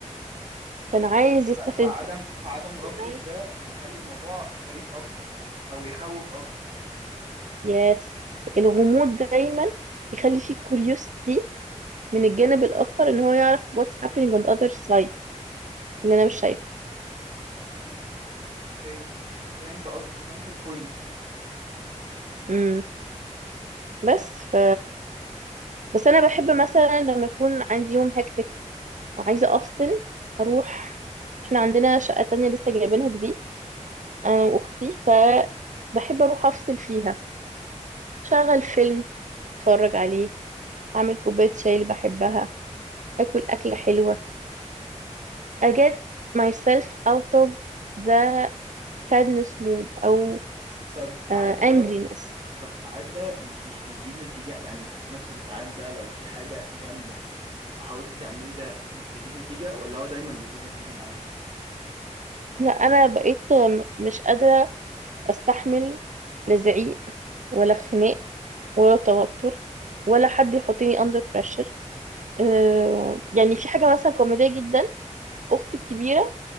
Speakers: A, on the right (about 80°); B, on the right (about 50°).
A: كان عايز يستفزك
B: ف... فعدم فعدم ردك
A: كان عايز
B: ده مخلي الموضوع غريب أكتر أو يخوف أكتر
A: يس الغموض دايما بيخلي فيه curiosity من الجانب الاخر ان هو يعرف what's happening on the other side اللي انا مش شايفه
B: اوكي فهمت قصدك فهمت البوينت يعني
A: امم بس ف بس انا بحب مثلا لما يكون عندي يوم هيك وعايزة أفصل أروح إحنا عندنا شقة تانية لسه جايبينها جديد
B: مم.
A: أنا وأختي فبحب أروح أفصل فيها شغل فيلم أتفرج عليه أعمل كوباية شاي اللي بحبها أكل أكلة حلوة I get myself out of the sadness mood أو
B: طب ساعات
A: آه،
B: ده
A: angriness
B: طب ساعات ده مش بيجيب نتيجة يعني مثلا ساعات ده لو في حاجة جامدة وحاولت تعملي ده مش بيجيب نتيجة ولا هو دايما بيجيب نتيجة معاكي؟
A: لا أنا بقيت آم، مش قادرة أستحمل لا زعيق ولا خناق ولا توتر ولا حد يحطني under pressure آه، يعني في حاجة مثلا كوميدية جدا أختي الكبيرة